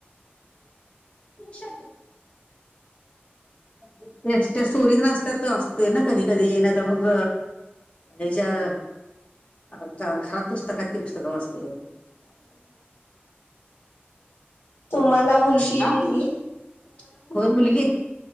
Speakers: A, on the left (about 30°); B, on the left (about 70°).
A: श <unintelligible> त्या त्या स्टोरीत नासतात असतोय ना कधी कधी ये ना तर मग हच्या आ घरात पुस्तकात त पुस्तक वाचते
B: तुम्हाला मुलगी
A: अ
B: बिलगी
A: <unintelligible> कोण मुलगी